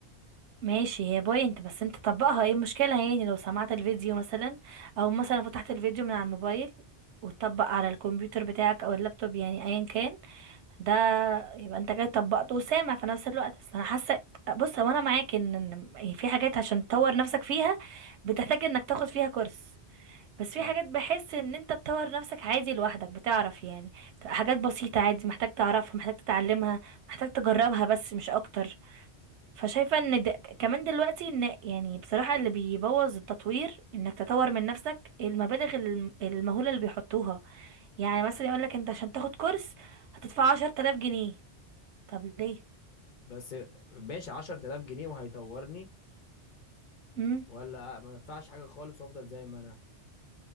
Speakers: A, on the right; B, on the left.
A: ماشي هي بوينت بس انت طبقها ايه المشكلة يعني لو سمعت الفيديو مثلا او مثلا فتحت الفيديو من على الموبايل وتطبق على الكمبيوتر بتاعك او اللابتوب يعني ايا كان ده يبقى انت كده طبقته وسامع في نفس الوقت اصل انا حاسة بص هو انا معاك ان ان يعني في حاجات عشان تطور نفسك فيها بتحتاج انك تاخد فيها كورس بس في
B: ايوه
A: حاجات بحس ان انت تطور نفسك عادي لوحدك بتعرف يعني حاجات بسيطة عادي محتاج تعرفها محتاج تتعلمها محتاج تجربها بس مش اكتر فشايفة ان د... كمان دلوقتي ان يعني بصراحة اللي بيبوظ التطوير انك تطور من نفسك المبالغ الم- المهولة اللي بيحطوها يعني مثلا يقولك انت عشان تاخد كورس هتدفع عشر تلاف جنيه طب ليه؟
B: بس ماشي 10000 جنيه وهيطورني
A: مم.
B: ولا ما ادفعش حاجه خالص وافضل زي ما انا